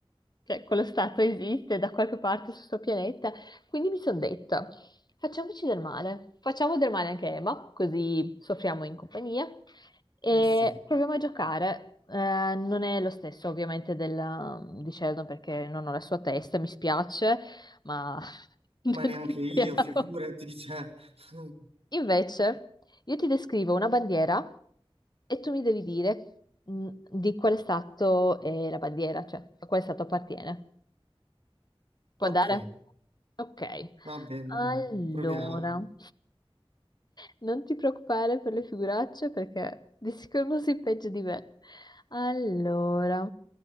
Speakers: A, on the left (about 45°); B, on the right (about 75°).
A: Cioè, quello stato esiste da qualche parte sul suo pianeta. Quindi mi sono detta, facciamoci del male. Facciamo del male anche a Emma, così soffriamo in compagnia. E
B: Eh sì,
A: proviamo a giocare. Eh, non è lo stesso ovviamente del, di Sheldon perché non ho la sua testa, mi spiace, ma <laughs>
B: ma
A: non
B: neanche
A: ci
B: io,
A: siamo.
B: figurati, cioè. <laughs>
A: Invece, io ti descrivo una bandiera e tu mi devi dire mh, di quale stato è la bandiera, cioè a quale stato appartiene. Può
B: Ok,
A: andare? Ok.
B: va bene,
A: Allora,
B: dai, proviamo.
A: non ti preoccupare per le figuracce perché di sicuro non sei peggio di me. Allora,